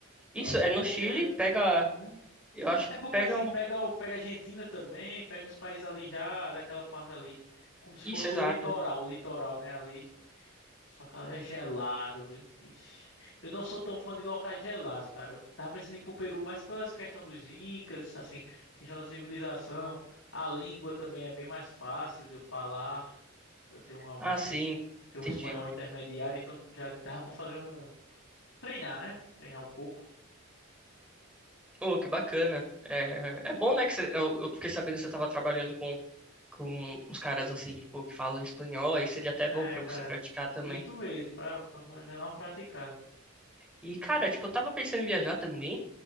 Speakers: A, on the left (about 60°); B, in the centre.
A: Eu
B: Isso
A: acho
B: é no
A: que
B: Chile,
A: é, é
B: pega.
A: no Chile, né?
B: Eu acho
A: É
B: que
A: porque
B: pega
A: assim,
B: um.
A: pega, o- pega a Argentina também, pega uns países ali já, daquela parte ali, como se fosse
B: Isso, exato.
A: o litoral, o litoral, né, ali. Só que é gelado, viu? Ixi. Eu não sou tão fã de locais gelados, cara. Eu tava pensando em ir pro Peru, mas pela essa questão dos incas, assim, questão da civilização, a língua também é bem mais fácil de eu falar. Eu tenho uma,
B: Ah,
A: assim,
B: sim,
A: tenho
B: entendi.
A: um espanhol intermediário, então já dá pra fazer um treinar, né? Treinar um pouco.
B: Oh, que bacana. É, é bom, né, que você, eu, eu fiquei sabendo que você estava trabalhando com com uns caras assim, tipo, que falam espanhol, aí seria até
A: É,
B: bom pra
A: cara.
B: você praticar também.
A: Isso mesmo, pra, pra já dar uma praticada.
B: E, cara, tipo, eu tava pensando em viajar também,